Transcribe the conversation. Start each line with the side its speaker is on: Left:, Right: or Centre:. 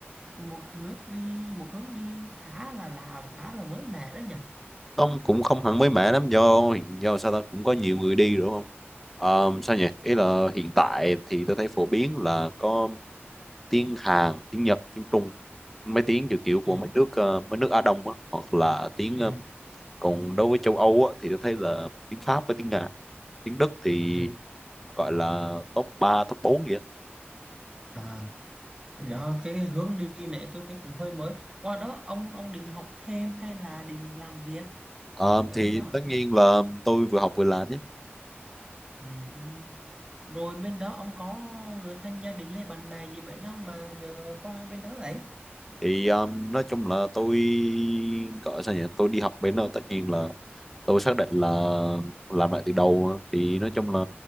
Right: một nước đi một hướng đi khá là lạ và khá là mới mẻ đó nhỉ
Centre: ông cũng không hẳn mới mẻ lắm do do sao ta cũng có nhiều người đi đúng không Ờm, sao nhỉ ý là hiện tại thì tôi thấy phổ biến là có tiếng Hàn tiếng Nhật tiếng Trung mấy tiếng kiểu kiểu của
Right: ừ
Centre: mấy nước ờ, mấy nước Á Đông á, hoặc là tiếng
Right: ừ
Centre: còn đối với châu Âu á, thì tôi thấy là tiếng Pháp với tiếng Nga tiếng Đức thì
Right: ừ
Centre: gọi là top ba top 4 vậy
Right: à Thì đó cái, cái hướng đi này tôi thấy cũng hơi mới qua đó ông ông định học thêm hay là định làm việc
Centre: Ờ,
Right: ở
Centre: thì
Right: bên đó
Centre: tất nhiên là tôi vừa học vừa làm nhé
Right: Ừm. rồi bên đó ông có người thân gia đình hay bạn bè gì bên đó không mà giờ qua bên đó đấy
Centre: thì um, nói chung là tôi gọi sao nhỉ tôi đi học bên đó tất nhiên là tôi xác định là làm lại từ đầu thì nói chung là